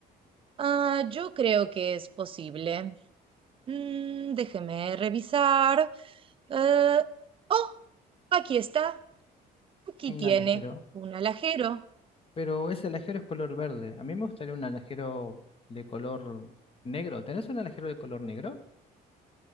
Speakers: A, on the right; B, on the left.
A: Ah, yo creo que es posible. Mm, déjeme revisar. Eh, oh, aquí está. Aquí
B: Un
A: tiene
B: alajero.
A: un alajero.
B: Pero ese alajero es color verde. A mí me gustaría un alajero de color negro. ¿Tenés un alajero de color negro?